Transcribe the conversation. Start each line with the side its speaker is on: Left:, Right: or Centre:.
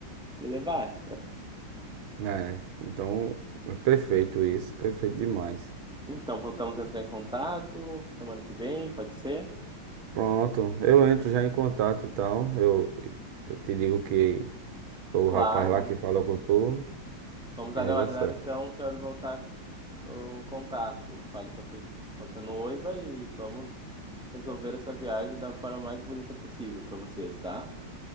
Centre: e levar.
Right: É, então, é perfeito isso, perfeito demais.
Centre: Então, voltamos a entrar em contato semana que vem, pode ser?
Right: Pronto, eu entro já em contato e tal, eu, eu te digo que sou
Centre: Claro,
Right: o rapaz lá
Centre: vamos,
Right: que falou com tu,
Centre: vamos aguardar
Right: e aí dá certo.
Centre: então o senhor voltar o contato. Fale com a sua, com a sua noiva e vamos resolver essa viagem da forma mais bonita possível para vocês, tá?